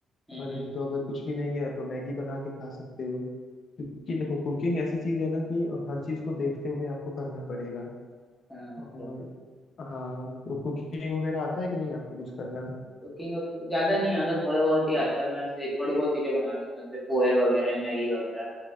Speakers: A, in the centre; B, on the left (about 50°).
A: हम्म
B: और नहीं
A: हम्म,
B: तो अगर कुछ भी नहीं है तो मैगी बना के खा सकते हो क्योंकि देखो कुकिंग ऐसी चीज है ना कि हर चीज को देखते हुए आपको करना पड़ेगा
A: हाँ
B: और
A: ओके
B: हाँ तो कुकिंग वगैरह आता है कि नहीं आपको कुछ करना
A: कुकिंग ज्यादा नहीं आता थोड़ा बहुत ही आता है मैं ऐसे थोड़ी बहुत चीजें बना लेता हूँ जैसे पोहे वगैरह मैगी वगैरह